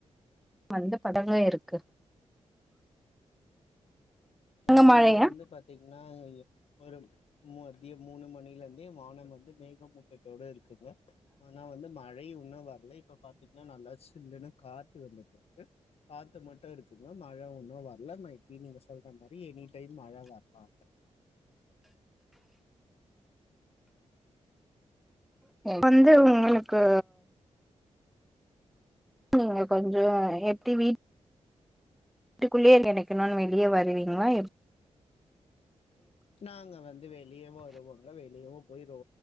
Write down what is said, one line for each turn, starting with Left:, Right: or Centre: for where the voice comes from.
Centre: வந்து படங்க இருக்கு அங்க
Left: ஆனா
Centre: மழையா
Left: இங்க வந்து பாத்தீங் நா ஒரு <unintelligible> மூணு மணில ருந்தே வானம் வந்து மேகமூட்டத்தோடு இருகுங்க ஆனா வந்து மா மழை இன்னு வர்லை இப்ப பாத்தீங்கன்னா நல்லா சில்லுன்னு காத்து வந்துட்ருக்கு காத்து மட்டு இன்னு மழ இன்னு வரல மே பி நீங்க சொ பி எனி டைம் மழா வர்லா
Centre: வந்து உங்களுக்கு நீங்க கொஞ்சோ எப்டி வீட் வீட்டுக்குள்ளேயே கெடக்கணும்னு வெளியே வருவீங்களா எ
Left: நாங்க வந் வெளியே வருவோங்க வெளியவு போய் ரோ